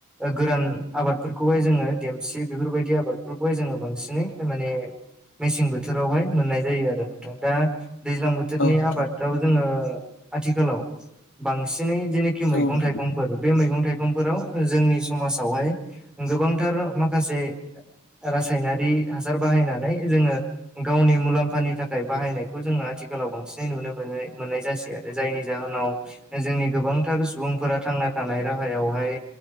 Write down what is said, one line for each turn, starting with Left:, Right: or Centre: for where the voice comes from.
Centre: गोरान आबादफोरखौहाय जोङो देमसि बेफोरबायदि आबादफोरखौहाय जोङो बांसिनै माने मेसें बोथोरावहाय मोननाय जायो आरो नोंथां दा दैज्लां बोथोर
Left: नोंथां
Centre: बोथोरनि आबादाव जोङो आथिखालाव बांसिनै जेनोखि मैगं
Left: औ
Centre: थाइगं
Left: नोंथां
Centre: बे मैगं थाइगंफोराव जोंनि समाजावहाय गोबांथार माखासे रासायनारि हासार बाहायनानै जोंङो गावनि मुलाम्फानि थाखाय बाहायनायखौ जोङो आथिखालाव बांसिनै नुनो मोनो मोननाय जासै आरो जायनि जाहोनाव जोंनि गोबांथार सुबुंफोरा थांना थानाय राहायावहाय